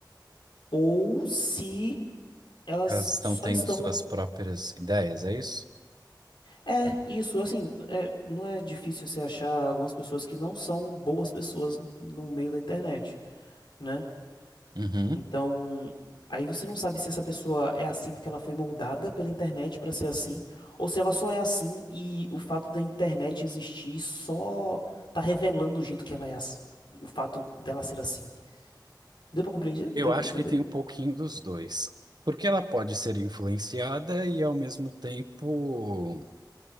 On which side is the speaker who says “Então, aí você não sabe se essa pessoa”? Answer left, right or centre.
Left